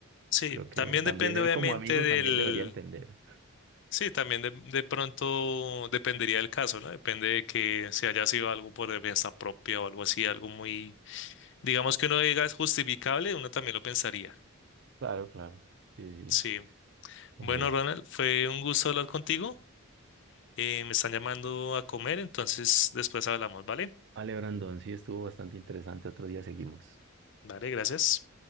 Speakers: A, on the left; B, on the right.
A: Sí,
B: creo que
A: también
B: también
A: depende
B: él
A: obviamente
B: como amigo
A: del...
B: también debería entender.
A: Sí, también de, de pronto dependería del caso, ¿no? Depende de que si haya sido algo por defensa propia o algo así, algo muy, digamos que uno diga es justificable, uno también lo pensaría.
B: Claro, claro, sí, sí.
A: Sí.
B: Oye,
A: Bueno, Ronald, fue un gusto hablar contigo. Eh, me están llamando a comer, entonces después hablamos, ¿vale?
B: vale, Brandon, sí estuvo bastante interesante, otro día seguimos.
A: Vale, gracias.